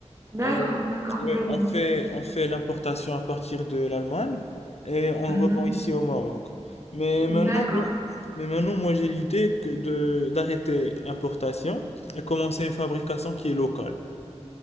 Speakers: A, on the right; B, on the left.
A: D'accord,
B: Euh,
A: d'accord,
B: ouais,
A: je vois.
B: on fait, on fait l'importation à partir de l'Allemagne et on
A: Mhm.
B: le revend ici au Maroc. Mais maintenant,
A: D'accord.
B: moi- mais maintenant, moi, j'ai l'idée que de, d'arrêter l'importation et commencer une fabrication qui est locale.